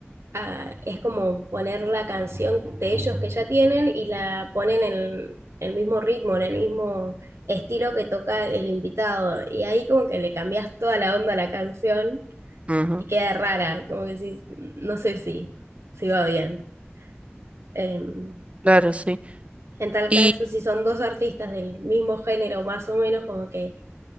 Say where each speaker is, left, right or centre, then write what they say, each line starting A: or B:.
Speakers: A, on the right; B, on the right.
A: ah, es como poner la canción de ellos que ya tienen y la ponen en el mismo ritmo, en el mismo estilo que toca el invitado. Y ahí como que le cambias toda la onda a la canción
B: Ujú,
A: y queda rara, como que sí no sé si, si va bien. Em,
B: Claro, sí.
A: en tal
B: Y
A: caso, si son dos artistas del mismo género, más o menos, como que